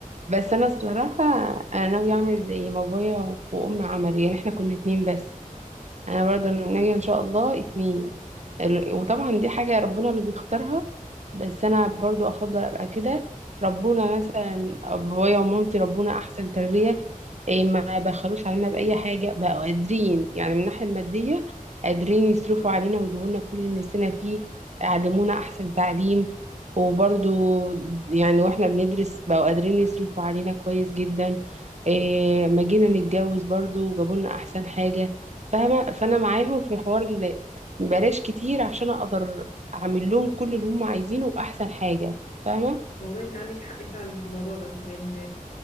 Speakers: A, on the right; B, on the left.
A: بس انا الصراحه انا ناوي اعمل زي ما بابايا وامي عملوا يعني احنا كنا اتنين بس انا برضو ناوية ان شاء الله اتنين ال- وطبعا دي حاجة ربنا اللي بيختارها بس انا برضو افضل ابقى كده ربنا مثلا بابايا ومامتي ربنا احسن تربية إيه ما بخلوش علينا باي حاجة بقوا قادرين يعني من الناحية المادية قادرين يصرفوا علينا ويجيبوا لنا كل اللي نفسنا فيه يعلمونا احسن تعليم وبرضو يعني واحنا بندرس بقوا قادرين يصرفوا علينا كويس جدا إيه ما جينا نتجوز برضو جابوا لنا احسن حاجة فاهمة فأنا معاهم في حوار ال- بلاش كتير عشان أقدر أعمل لهم كل اللي هم عايزينه وأحسن حاجة فاهمة
B: والله انت عندك حق فعلا في الموضوع ده لان